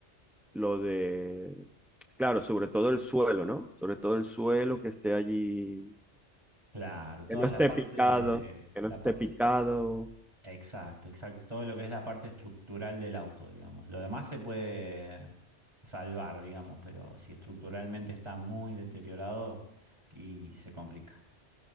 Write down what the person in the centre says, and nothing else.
lo de, claro, sobre todo el suelo, ¿no? Sobre todo el suelo que esté allí,
que no
esté
picado, que no
esté
picado.